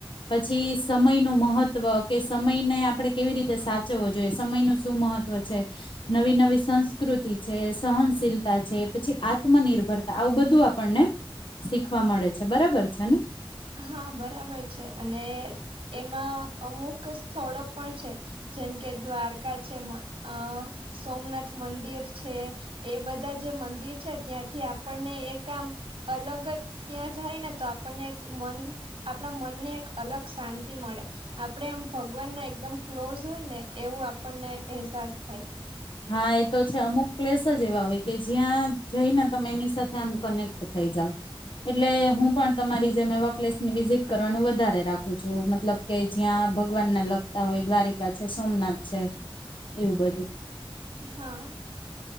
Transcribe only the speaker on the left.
પછી સમય ન મહત્વ કે સમયને આપણે કેવી રીતે સાચવવો જોઈએ સમય ન શું મહત્વ છે નવી નવી સંસ્કૃતિ છે સહનશીલતા છે પછી આત્મનિર્ભરતા આવું બધું આપણને શીખવા મળે છે બરાબર છે ને
હા એ તો છે અમુક પ્લેસ જ એવા હોય કે જ્યાં જઈને તમે એની સાથે આમ કનેક્ટ થઈ જાવ એટલે હું પણ તમારી જેમ એવા પ્લેસને વિઝિટ કરવાનું વધારે રાખું છું મતલબ કે જ્યાં ભગવાનને લગતા હોય દ્વારિકા છે સોમનાથ છે એવું બધું